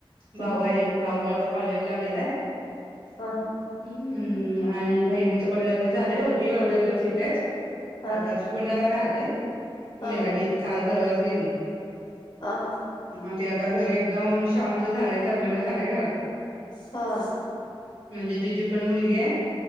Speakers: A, on the right; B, on the left.
A: भाऊ
B: हम्म
A: आहे, भाऊ आता कॉलेजला गेलाय.
B: ह हा!
A: हू आणि बहिणीचं पण लग्न झालं, होती एवढे दिवस इथेच
B: हा
A: आता
B: हा
A: ती पुण्याला राहते, पुण्याला
B: हा
A: गेली काल परवाच गेली.
B: आ हा!
A: अ ते आता घर एकदम शांत झालय करमनां झालय घरात.
B: हां!
A: म्हणजे तिची पण मुलगी आहे